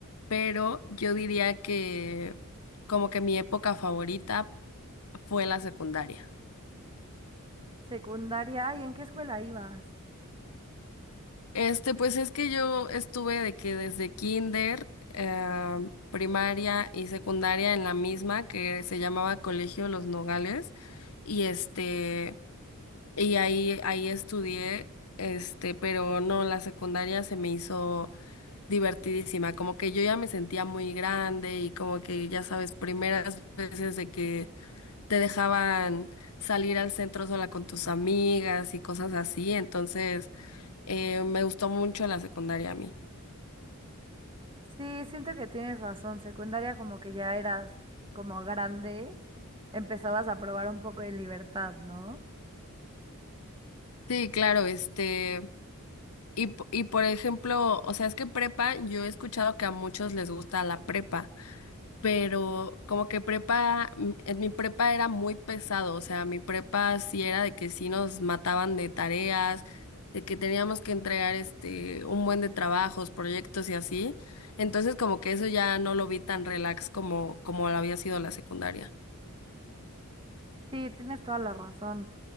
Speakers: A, on the left; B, on the right.
A: pero yo diría que como que mi época favorita fue la secundaria.
B: Secundaria, ¿y en qué escuela ibas?
A: Este, pues es que yo estuve de que desde kinder, eh, primaria y secundaria en la misma que se llamaba Colegio Los Nogales y este y ahí ahí estudié, este, pero no, la secundaria se me hizo divertidísima, como que yo ya me sentía muy grande y como que ya sabes, primeras veces de que te dejaban salir al centro sola con tus amigas y cosas así, entonces eh, me gustó mucho la secundaria a mí.
B: Sí, siento que tienes razón. Secundaria como que ya eras como grande, empezabas a probar un poco de libertad, ¿no?
A: Sí, claro, este, y, p- y por ejemplo, o sea, es que prepa, yo he escuchado que a muchos les gusta la prepa, pero como que prepa, mm, en mi prepa era muy pesado, o sea, mi prepa sí era de que sí nos mataban de tareas, de que teníamos que entregar este un buen de trabajos, proyectos y así. Entonces como que eso ya no lo vi tan relax como como lo había sido la secundaria.
B: Sí, tienes toda la razón.